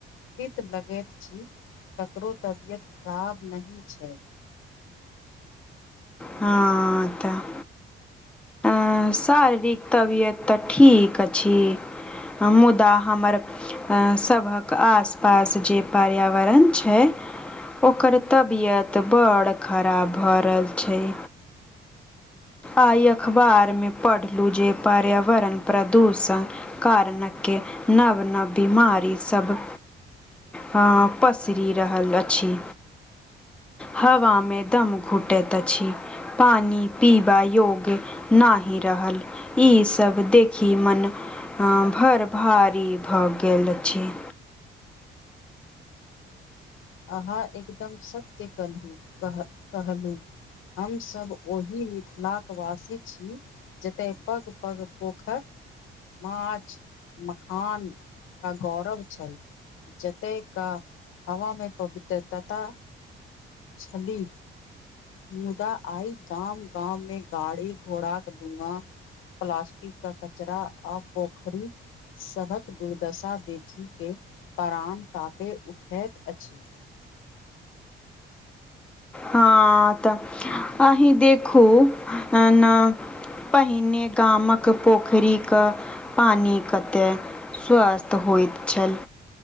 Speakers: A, on the left; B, in the centre.
A: तीत बगैत छी ककरो तबियत खराब नही छै।
B: हँ त- अँ शारीरिक तबियत त ठीक छी, मुदा हमर अँ सभक आस पास जे पर्यावरण छै ओकर तबियत बड़ खराब भ रहल छैय। आइ अखबार में पढ़लू जेे पार्यावरण प्रदूषण कारण के नब नब बिमारी सब हँ पसरी रहल अछी। हवा में दम घुटैत अछी। पानी पीबा योग नाही रहल, ई सभ देखी मन हँ भड़ भारी भ गेल अछी।
A: अहाँ एकदम सत्य कनहूं कह कहलूं। हमसभ ओही मिथिलाक वासी छी जेतय पग पग पोखर माछ, मखान क गौरव छैय। जतेक हवामें पवित्रतता छली। मुदा आइ गाम गाम में गाड़ी घोड़ाक धुआं प्लास्टिक कऽ कचरा आ पोखरी सभक दुर्दशा देखी के पराण कांपे उठैत अछी।
B: हँ तऽ अहीं देखू अँ न पहिने गामक पोखरी क पानी कतेय स्वस्थ होइत छल।